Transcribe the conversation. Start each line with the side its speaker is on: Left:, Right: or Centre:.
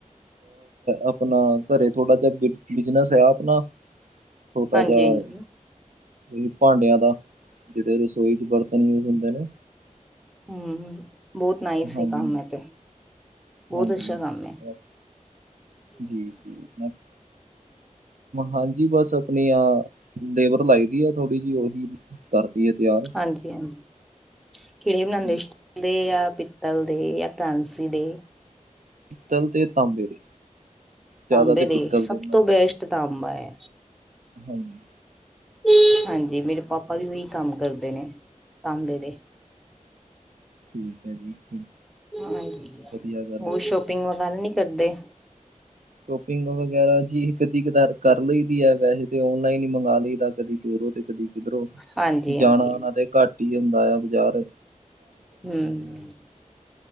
Right: ਆਪਣਾ ਘਰੇ ਥੋੜਾ ਜਿਹਾ ਬਿਜਨਸ ਹੈ ਆਪਣਾ ਛੋਟਾ
Centre: ਹਾਂਜੀ
Right: ਜਿਹਾ
Centre: ਹਾਂਜੀ
Right: ਹੀ ਭਾਂਡਿਆਂ ਦਾ ਜਿਹੜੇ ਰਸੋਈ 'ਚ ਬਰਤਨ ਮਿਲਦੇ ਨੇ।
Centre: ਹੂੰ ਬਹੁਤ ਨਾਈਸ
Right: ਹਾਂਜੀ,
Centre: ਏ ਕੰਮ ਏ ਤੇ ਬਹੁਤ
Right: ਹਾਂਜੀ।
Centre: ਅੱਛਾ ਕੰਮ ਏ।
Right: ਹਾਂਜੀ ਜੀ ਜੀ ਮ <inaudible> ਹਾਂਜੀ ਬਸ ਆਪਣੀ ਆ ਲੇਬਰ ਲਾਈ ਦੀ ਆ ਥੋੜ੍ਹੀ ਜਿਹੀ ਉਹੀ ਕਰਦੀ ਏ ਤਿਆਰ
Centre: ਹਾਂਜੀ -ਹਾਂਜੀ ਕਿਹੜੇ ਬਣਾਦੇ
Right: ਹਾਂਜੀ,
Centre: ਸਟੀਲ ਜਾਂ ਪਿੱਤਲ ਦੇ ਜਾਂ ਕਾਂਸੀ ਦੇ
Right: ਪਿੱਤਲ ਤੇ ਤਾਂਬੇ ਦੇ ਜ਼ਿਆਦਾ
Centre: ਤਾਂਬੇ
Right: ਤੇ
Centre: ਦੇ
Right: ਪਿੱਤਲ
Centre: ਸਭ
Right: ਬਣਾ
Centre: ਤੋਂ ਬੈਸਟ ਤਾਂਬਾ ਐ।
Right: ਹਾਂਜੀ
Centre: <inaudible> ਹਾਂਜੀ ਮੇਰੇ ਪਾਪਾ ਵੀ ਉਹੀ ਕੰਮ ਕਰਦੇ ਨੇ ਤਾਂਬੇ ਦੇ।
Right: ਠੀਕ ਹੈ ਜੀ। ਠੀਕ,
Centre: ਹਾਂਜੀ
Right: ਵਧੀਆ ਗੱਲ
Centre: ਉਹ
Right: ਆ
Centre: ਸ਼ੋਪਿੰਗ ਵਗੈਰਾ ਨਹੀਂ ਕਰਦੇ।
Right: ਸ਼ੋਪਿੰਗ ਵਗੈਰਾ ਜੀ ਇਹ ਕਦੀ ਕਦਾਰ ਕਰ ਲਈ ਦੀ ਹੈ ਵੈਸੇ ਤਾਂ ਔਨਲਾਈਨ ਹੀ ਮੰਗਵਾ ਲਈਦਾ ਕਦੀ ਪਰੋ ਤੇ ਕਦੀ ਕਿਧਰੋਂ
Centre: ਹਾਂਜੀ
Right: ਜਾਣਾ
Centre: ਹਾਂਜੀ
Right: ਆਣਾ ਤੇ ਘੱਟ ਹੀ ਹੁੰਦਾ ਆ ਬਜ਼ਾਰ
Centre: ਹੂੰ